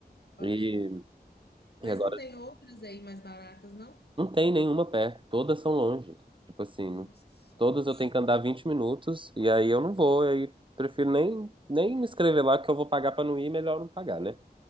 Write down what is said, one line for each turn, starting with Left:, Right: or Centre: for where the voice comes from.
Left: ok.
Right: E,
Left: Mas
Right: e agora,
Left: não tem outras aí mais baratas, não?
Right: não tem nenhuma perto. Todas são longe. Tipo assim,
Left: Nossa,
Right: todas
Left: aí é puxado.
Right: eu tenho que andar 20 minutos. E aí eu não vou. aí prefiro nem, nem me inscrever lá, que eu vou pagar pra não ir. Melhor não pagar, né?